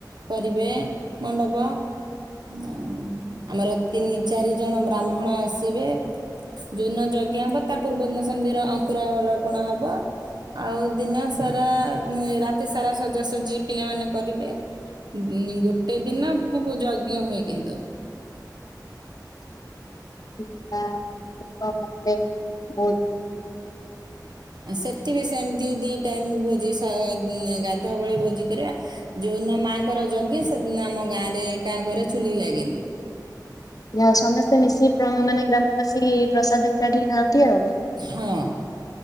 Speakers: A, on the right; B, on the left.
A: କରିବେ ମଣ୍ଡପ, ଆଉ ଆମର ତିନି ଚାରି ଜଣ ବ୍ରାହ୍ମଣ ଆସିବେ। ଯୋଉ ଦିନ ଯଜ୍ଞା ହବ ତା ପୂର୍ବଦିନ ସନ୍ଦିର ଅଙ୍କୁରରୋପଣ ହବ। ଆଉ ଦିନ ସାରା ଏ ରାତି ସାରା ସଜାସଜି ପିଲାମାନେ କରିବେ। ଉଁ, ଗୋଟେ ଦିନ ପ-ପ-ଯଜ୍ଞ ହୁଏ କିନ୍ତୁ।
B: <inaudible>
A: ଆ, ସେଠି ବିି ସେମିତି ଦି ଟାଇମ୍ ଭୋଜି ସା- ନେ-ଗାଧୁଆ ବେଳେ ଭୋଜି କରିବା। ଯୋଉଦିନ ମାଆଙ୍କର ଯଜ୍ଞ ସେଦିନ ଆମ ଗାଁରେ କାହା ଘରେ ଚୁଲି ଲାଗେନି।
B: ଯାହା ହଉ ସମସ୍ତେ ମିଶି ପ୍ର- ମାନେ ଗ୍ରାମବାସୀ ପ୍ରସାଦ ଏକାଠି ଖାଆନ୍ତି ଆଉ।
A: ହଁ।